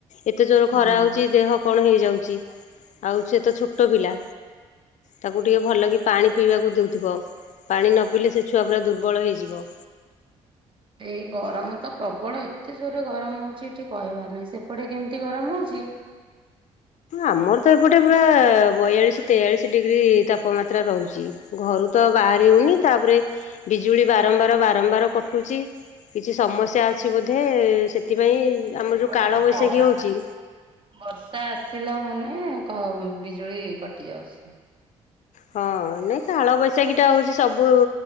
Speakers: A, on the left; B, on the right.
A: ଏତେ ଜୋର
B: ହୁଁ।
A: ଖରା ହଉଛି ଦେହ କଣ ହେଇଯାଉଚି। ଆଉ ସେ ତ ଛୋଟ ପିଲା ତାକୁ ଟିକିଏ ଭଲ କି ପାଣି ପିଇବାକୁ ଦେଉଥିବ। ପାଣି ନ ପିଇଲେ ସେ ଛୁଆ ପୁରା ଦୁର୍ବଳ ହେଇଯିବ।
B: ଏଇ ଗରମ ତ ପ୍ରବଳ ଏତେ ଜୋର୍ ରେ ଗରମ ହଉଛି ଏଠି କହିବାର ନାହିଁ ସେପଟେ କେମିତି ଗରମ ହଉଛି?
A: ଆମର ତ ଏପଟେ ପୁରା ବୟାଳିଶ ତେୟାଳିଶ ଡିଗ୍ରୀ ତାପମାତ୍ରା ରହୁଛି। ଘରୁ ତ ବାହାରି ହଉନି ତାପରେ ବିଜୁଳି ବାରମ୍ବାର ବାରମ୍ବାର କଟୁଚି। କିଛି ସମସ୍ୟା ଅଛି ବୋଧେ ସେଥିପାଇଁ ଆମର
B: ଏପଟେ
A: ଯୋଉ କାଳବୈଶାଖୀ
B: ବି ସେଇଆ।
A: ହଉଛି
B: ବର୍ଷା ଆସିଲା ମାନେ କ ବିଜୁଳି କଟି ଯାଉଛି।
A: ହଁ ନାଇଁ କାଳବୈଶାଖୀ ଟା ହଉଛି ସବୁ